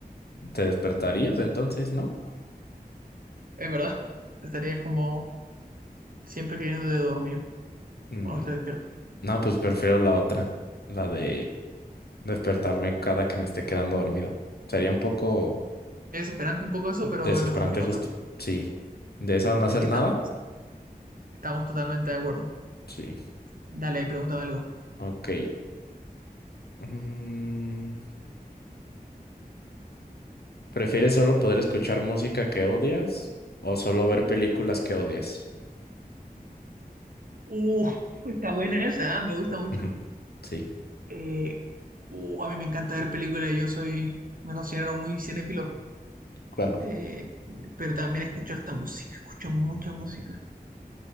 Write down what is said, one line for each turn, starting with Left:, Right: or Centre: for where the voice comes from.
Left: te despertarías, entonces, ¿no?
Right: Es verdad, estarías como siempre queriendo de dormir
Left: Mm,
Right: cuando te despiertas.
Left: no, pues prefiero la otra. La de despertarme cada que me esté quedando dormido. Sería un poco
Right: Es desesperante un poco eso,
Left: desesperante
Right: pero es mejor que el
Left: justo.
Right: otro.
Left: Sí. ¿De eso no hacer
Right: Sí, está
Left: nada?
Right: Estamos totalmente de acuerdo.
Left: Sí.
Right: Dale, pregúntame algo.
Left: Ok. Mm, ¿prefieres solo poder escuchar música que odias o solo ver películas que odias?
Right: Uh, <laughs> está buena esa, ¿eh? Me gusta mucho.
Left: Ujú. Sí.
Right: Eh, uh, a mí me encanta ver películas, yo soy, me considero muy cinéfilo,
Left: Claro.
Right: Eh, pero también escucho harta música, escucho mucha música.